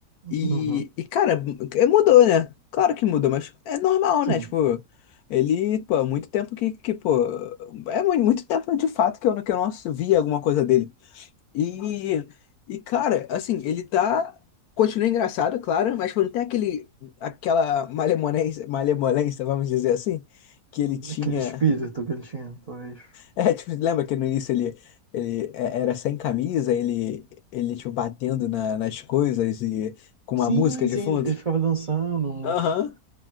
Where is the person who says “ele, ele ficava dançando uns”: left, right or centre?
Right